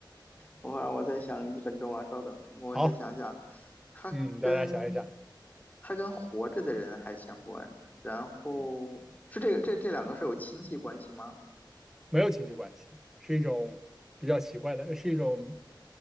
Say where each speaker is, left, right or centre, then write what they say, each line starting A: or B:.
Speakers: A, on the left; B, in the centre.
A: 等会儿我再想一分钟啊，稍等，我再想想，
B: 好，
A: 他跟
B: 嗯，大家想一想，
A: 他跟活着的人还相关，然后是这个这这两个是有亲戚关系吗？
B: 嗯，没有亲戚关系，是一种比较奇怪的，是一种